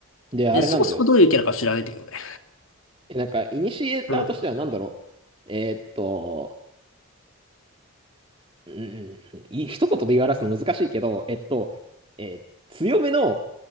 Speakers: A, on the right (about 25°); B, on the left (about 70°).
A: で、あれなんだよ。
B: え、そもそもどういうキャラか知らないんだけどね。
A: え、なんか、イニシエーターとしてはなんだろう。
B: うん。
A: えーっと、うん、い一言で言い表すの難しいけど、えっと、えー強めの、